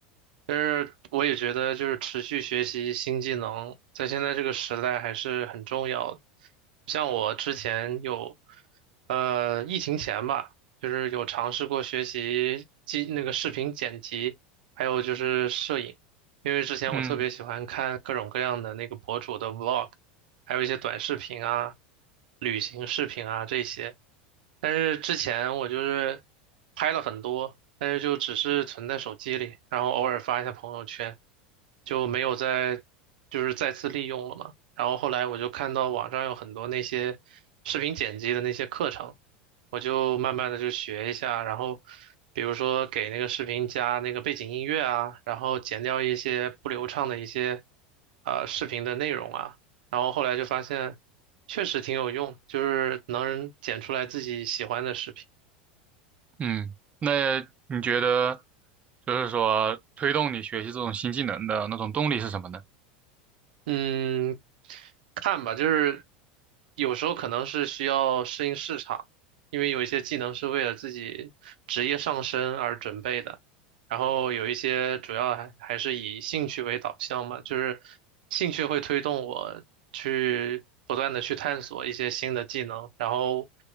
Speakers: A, on the right (about 70°); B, on the right (about 25°).
A: 但是我也觉得，就是持续学习新技能，在现在这个时代还是很重要的。像我之前有，呃，疫情前吧，就是有尝试过学习技那个视频剪辑，还有就是摄影，因为之前我特别喜欢看各种各样的那个博主的
B: 嗯
A: vlog，还有一些短视频啊、旅行视频啊这些。但是之前我就是拍了很多，但是就只是存在手机里，然后偶尔发一下朋友圈，就没有再就是再次利用了嘛。然后后来我就看到网上有很多那些视频剪辑的那些课程，我就慢慢的就学一下，然后比如说给那个视频加那个背景音乐啊，然后剪掉一些不流畅的一些呃视频的内容啊。然后后来就发现确实挺有用，就是能剪出来自己喜欢的视频。
B: 嗯，那你觉得，就是说推动你学习这种新技能的那种动力是什么呢？
A: 嗯，看吧，就是有时候可能是需要适应市场，因为有一些技能是为了自己职业上升而准备的，然后有一些主要还还是以兴趣为导向嘛，就是兴趣会推动我去不断的去探索一些新的技能，然后